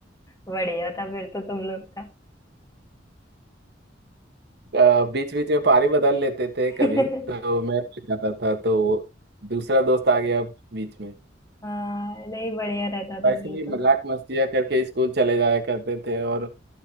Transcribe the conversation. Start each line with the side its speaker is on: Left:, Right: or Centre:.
Left: बढ़िया था फिर तो तुम लोग का
Right: था। बीच बीच में पारी बदल लेते थे
Left: <laughs>
Right: कभी तो मैं चल जाता था तो दूसरा दोस्त आ गया बीच में
Left: हाँ नहीं बढ़िया रहता
Right: ऐसे
Left: था फिर
Right: ही
Left: तो
Right: मजाक मस्तियाँ करके स्कूल चले जाया करते थे और